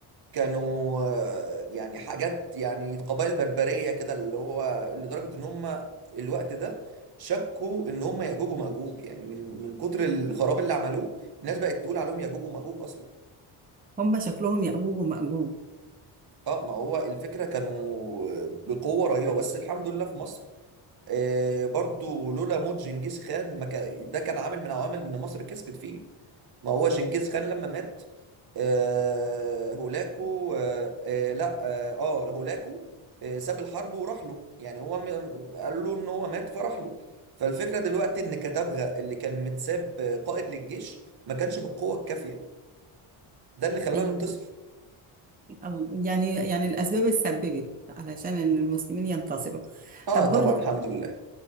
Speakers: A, on the right (about 45°); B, on the right (about 15°).
A: كانوا آه، يعني حاجات يعني قبائل بربريه كده اللي هو لدرجه ان هم الوقت ده شكوا ان هم ياجوج وماجوج يعني من من كتر الخراب اللي عملوه الناس بقت تقول عليهم ياجوج وماجوج اصلا
B: هم شكلهم يأجوج ومأجوج
A: اه ما هو الفكرة كانوا بقوة رهيبة بس الحمد لله في مصر آه برضو لولا موت جنكيز خان ما كان ده كان عامل من عوامل ان مصر كسبت فيه ما هو جنكيز خان لما مات آه هولاكو آه آه لا اه آه، هولاكو آه ساب الحرب وراح له يعني هو م- قال له ان هو مات فراح له فالفكرة دلوقتي ان كتبغا اللي كان متساب آه، قائد للجيش ما كانش بالقوة الكافية ده اللي خلانا
B: أيوه
A: ننتصر
B: ال- يعني يعني الأسباب اللي سببت علشان إن المسلمين ينتصروا
A: اه
B: طب برضو
A: طبعا الحمد لله